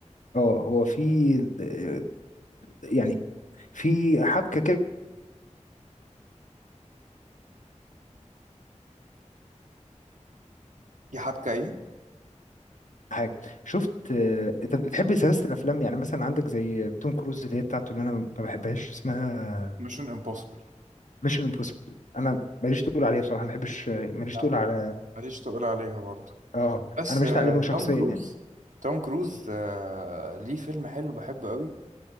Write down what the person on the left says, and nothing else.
اه هو في آه، يعني في حبكه كده
حاجه شفت آه، انت بتحب سلاسل الافلام يعني مثلا عندك زي توم كروز اللي هي بتاعته اللي انا ما بحبهاش اسمها
ميشن امبوسيبل انا ماليش تقول عليها بصراحه ما بحبش ماليش
تقول على
اه
انا ماليش
تقول عليه هو شخصيا
يعني